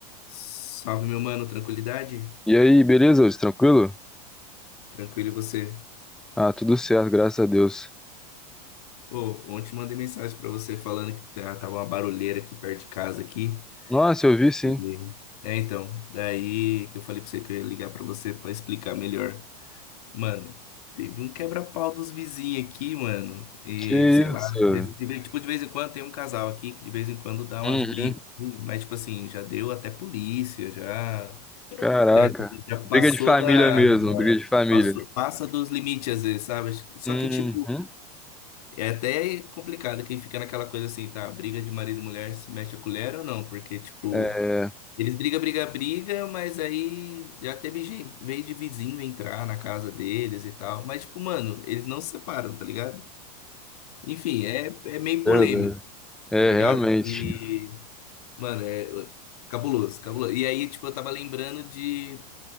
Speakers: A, on the left (about 65°); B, in the centre.
A: Salve, meu mano, tranquilidade?
B: E aí, beleza, Wilson? Tranquilo?
A: Tranquilo e você?
B: Ah, tudo certo, graças a Deus.
A: Ô, ontem mandei mensagem pra você falando que tá- tava uma barulheira aqui perto de casa aqui.
B: Nossa, eu vi sim.
A: E- É, então, daí que eu falei pra você que eu ia ligar pra você pra explicar melhor. Mano, teve um quebra-pau dos vizinhos aqui, mano. E
B: Que
A: sei lá,
B: isso?
A: esse- de vez- tipo, de vez em quando tem um casal aqui que de vez em quando dá umas
B: Uhum.
A: brigas, assim, mas tipo assim, já deu até polícia, já.
B: Caraca.
A: É, a gente já
B: Briga
A: passou
B: de família
A: da,
B: mesmo,
A: da-
B: briga de família.
A: passou- passa dos limites às vezes, sabe? Só
B: Uhum.
A: que, tipo, é até complicado quem fica naquela coisa assim, tá? Briga de marido e mulher se mexe a colher ou não? Porque, tipo,
B: É,
A: eles brigam, brigam, brigam, mas aí já teve gen- vez de vizinho entrar na casa deles e tal. Mas, tipo, mano, eles não se separam, tá ligado? Enfim, é, é meio polêmico,
B: verdade. é,
A: tá ligado?
B: realmente.
A: E, mano, é cabuloso, cabuloso. E aí, tipo, eu tava lembrando de.